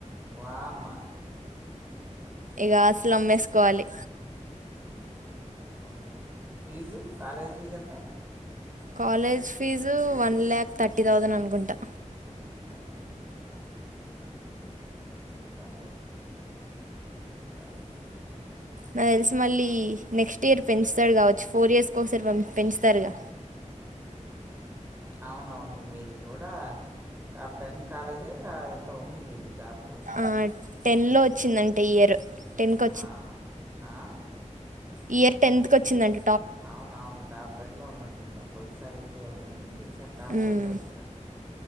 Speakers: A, on the right; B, on the right.
A: వామ
B: ఇగ ఆస్తులు అంబేసుకోవాలి
A: వద్దులే ఫీజు కాలేజ్ ఫీజ ఎంత
B: college fee one lakh thirty thousand అనుకుంటా
A: వన్ లాక్ థర్టీ తౌసండ ఇ బధే దాడిే <unintelligible>
B: నాకు తెలిసి మళ్ళీ నెక్స్ట్ ఇయర్ పెంచుతాడు కావచ్చు ఫోర్ ఇయర్స్ ఒకసారి పెంచుత పెంచుతారు గా
A: అవునవును మీది కూడా టాప్ టెన్ కాలేజి ఆ ఎంతో ఉంది మీది టాప్
B: ఆ టెన్ లో వచ్చిందంట ఇ ఇయర్ టెన్కి
A: ఆ ఆ
B: ఇ ఇయర్ టెన్త్కి ఒచ్చిందంట
A: అవున అవును టాప్ టెన్ లో ఉన్నట్ ఉంద పోయిన సార్ ఎక్కువే ఉంది ఈసారి టాప్
B: మ్మ్.
A: టెన్ లో వచ్చినట్టుంది